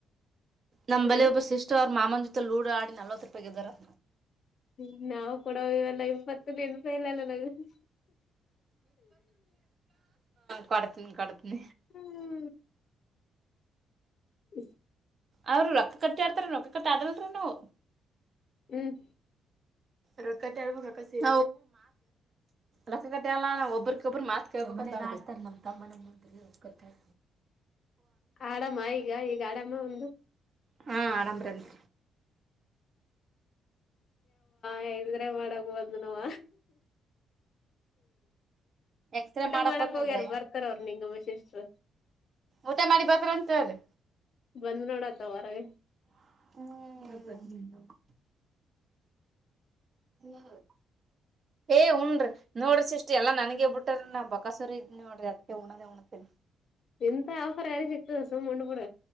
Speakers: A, on the right; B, on the left.
A: ನಮ್
B: ಹ
A: ಬಳಿಯ ಒಬ್ಬ ಸಿಸ್ಟ್ ಅವ್ರ ಮಾಮನ ಜೊತೆ ಲೂಡೋ ಆಡಿ ನಲ್ವತ್ ರೂಪಾಯಿಗ ಇದ್ದಾರ್ಮ
B: ಹ್ಮ ನಾವು ಕೊಡೋ ಇವೆಲ್ಲ ಇಪ್ಪತ್ ದಂಡಪಾಯಲ್ಲ ಅಲ್ಲ ನ
A: ಕಡತ ಕಡತನ
B: ಹ್ಮ್ ಹ್ಮ್ ಎ
A: ಅವರು ರೊಕ್ಕ ಕಟ್ಟಿ ಆಡ್ತಾರೆ ರೊಕ್ಕ ಕಟ್ಟಿ ಆಡಲ್ರೀ ನಾವು
B: ಹ್ಮ್
A: ರೊಕ್ಕತೆ ಹಬೇಕ ರೊಕ್ಕ ಕತೆ ಎಲ್ಲ ನಾವ ಒಬ್ರಕೊಬ್ರ ಮಾತ್ ಕಳ್ಬೇಕ ತ ನಮ್ ತಮ್ಮ ನಮ್ಮ ಗತ್ತತ
B: ಆರಾಮ ಈಗ ಈಗ ಆರಾಮ ಒಂದು
A: ಹಾ ಆರಾಮ್ರತ್ರಿ
B: ಯ್ ಇದ್ರೆ ಮಾಡಕ್ ಬಂದ್ ನವ
A: ಎಕ್ಸ್ರೇ
B: ಊಟ ಮಾಡಕ್
A: ಬಂದನ್ರಿ
B: ಹೋಗ್ಯಾರ ಬರ್ತಾರ ಅವ್ರ ನಿಂಗಮ್ಮ ಶಿಷ್ಟರು
A: ಊಟ ಮಾಡಿಬೇಕ್ರ ಅಂತ ಅ್ರ
B: ಬಂದ್ ನೋಡತ್ತ ಹೊರಗೆ
A: ಹ್ಮ್ ಹ ಏ ಹಣ್ರಿ ನೋಡ್ರಿ ಸಿಸಷ್ಟಿ ಎಲ್ಲಾ ನನಗ ಬಿಟ್ಟ್ರ ನಾ ಬಕಾಸೂರ ಇದ್ ನೋಡ್ರಿ ಅದ್ ಉಣದೇ ಉಣತೇನಿ
B: ಎಂತ ಆಫರ್ ಯಾರಿ ಸಿಗ್ತದ ಸುಮ್ ಉಂಡಬುಡ